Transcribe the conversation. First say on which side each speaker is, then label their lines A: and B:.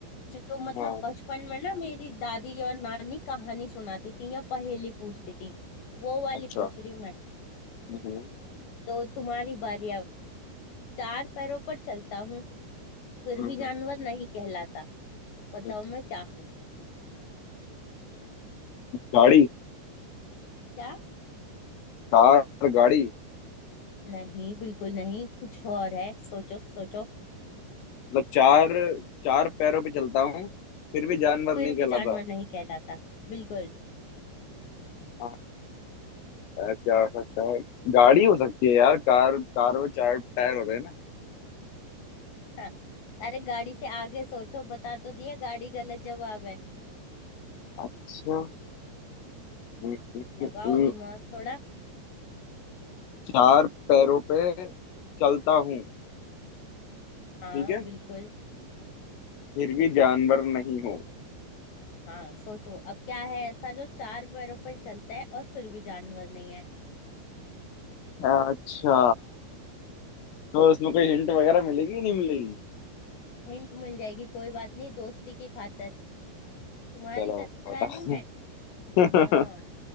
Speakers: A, on the left; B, on the left.
A: जो मतलब
B: हाँ
A: बचपन में ना मेरी दादी और नानी कहानी सुनाती थी या पहेली पूछती थी वो वाली
B: अच्छा
A: पूछ रही हूँ मैं
B: हम्म,
A: तो तुम्हारी बारी चार पैरों पर चलता हूँ फिर
B: हम्म,
A: भी जानवर नहीं कहलाता बताओ
B: हम्म।
A: मैं क्या हूँ
B: गाड़ी
A: क्या
B: कार गाड़ी
A: नहीं बिल्कुल नहीं कुछ और है सोचो सोचो
B: मतलब चार चार पैरों पे चलता हूँ फिर भी जानवर
A: फिर
B: नहीं
A: भी
B: कहलाता
A: जानवर नहीं कहलाता बिल्कुल
B: आ, आ, क्या हो सकता है गाड़ी हो सकती है यार कार कार में चार टायर होते हैं ना
A: हाँ अरे गाड़ी से आगे सोचो बता तो दिया गाड़ी गलत जवाब है
B: अच्छा हम्म, हम्म,
A: लगाओ
B: हम्म, हम्म।
A: दिमाग थोड़ा
B: चार पैरों पे चलता हूँ
A: हाँ
B: ठीक है
A: बिल्कुल
B: फिर भी जानवर नहीं हूँ
A: हाँ सोचो अब क्या है ऐसा जो चार पैरों पर चलता है और फिर भी जानवर नहीं है
B: अच्छा तो इसमें कोई हिंट वगैरह मिलेगी नहीं मिलेगी
A: हिंट मिल जाएगी कोई बात नहीं दोस्ती की खातिर तुम्हारी
B: चलो
A: तरह
B: बताओ
A: नहीं मैं
B: <laughs>
A: हाँ